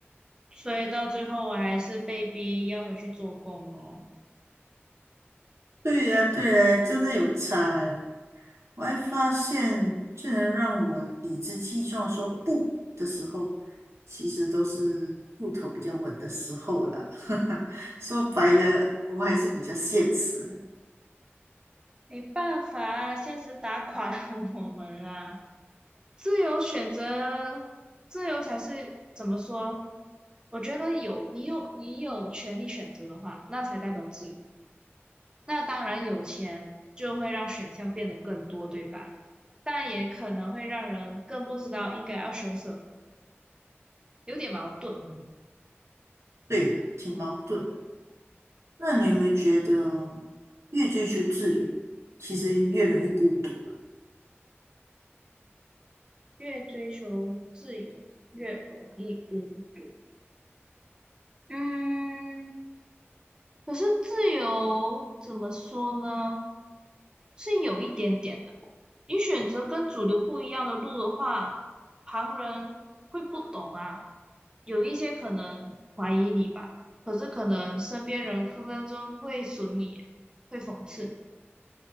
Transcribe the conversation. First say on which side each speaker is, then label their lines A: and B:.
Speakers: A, on the right (about 20°); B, on the right (about 90°).
A: 所以到最后我还是被逼要回去做工咯，
B: 对呀，对呀，真的有差诶。我还发现，最能让我理直气壮说不的时候，其实都是户头比较稳的时候了。<laughs> 说白了，我还是比较现实的。
A: 没办法啊现实打垮了我们啊。自由选择，自由才是怎么说？我觉得有你有你有权利选择的话，那才代表自由。那当然，有钱就会让选项变得更多，对吧？但也可能会让人更不知道应该要选什么，有点矛盾。
B: 嗯，对了，挺矛盾的。那你有没有觉得，越追求自由，其实越容易孤独啊？
A: 越追求自由，越容易孤独。嗯，可是自由怎么说呢？是有一点点的。你选择跟主流不一样的路的话，旁人会不懂啊，有一些可能怀疑你吧，可是可能身边人分分钟会损你，会讽刺你。